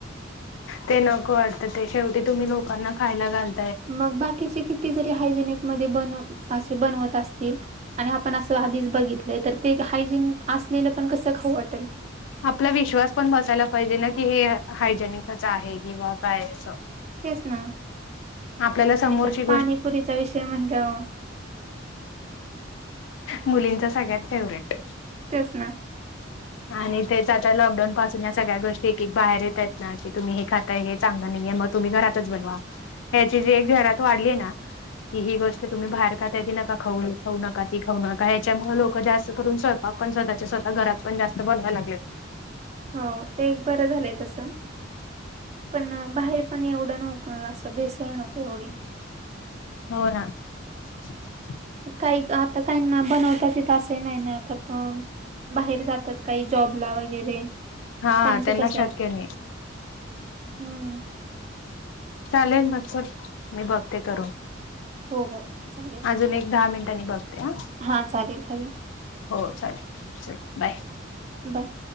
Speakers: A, on the left; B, on the right.
A: ते नको वाटतं ते शेवटी तुम्ही लोकांना खायला घाल
B: मग बाकीचे किती जरी हायजेनिक मध्ये बन असे बनवत असतील आणि आपण असं आधीच बघितलंय तर ते हायजीन असलेलं पण कसं खाऊ वाटल.
A: आपला विश्वास पण बसायला पाहिजे ना की हे हायजेनिकच आहे. किंवा काय असं,
B: तेच ना,
A: आपल्याला समोरची
B: आणि त्यात पाणीपुरीचा विषय म्हणल्याव
A: मुलींच्या सगळ्यात फेवरेट
B: तेच ना
A: आणि तेच आता लॉकडाऊन पासून या सगळ्या गोष्टी एक एक बाहेर येत आहेत ना, की तुम्ही हे खाताय. हे चांगलं नाहीये मग तुम्ही घरातच बनवा ह्याची जी घरात वाढली आहे ना? कि ही गोष्ट तुम्ही बाहेर कााताय त नका खाऊ खाऊ नका ती खाऊ नका ह्याच्यामुळे लोक जास्त करून स्वय पाक पण स्तःच्या स्वतः घरात पण जास्त बनवाय लागलेत.
B: हो ते एक बरं झालंय तसं.
A: <inaudible>
B: पण बाहेर पण एवढं नको असं भेसळ नको एवढी.
A: हो ना. <inaudible>
B: काही का आता काही ना बनवताच असंही नाही ना आता पण. बाहेर जातात काही जॉबला वगैरे.
A: हा
B: त्यांचं
A: त्यांना
B: कस
A: शक्य नाही
B: हम्म.
A: चालेल मग तर मी बघते करून.
B: हो हो चालेल.
A: अजून एक दहा मिनिटांनी बघते ह.
B: हा चालेल चाले
A: हो चालेल चल बाय.
B: बाय.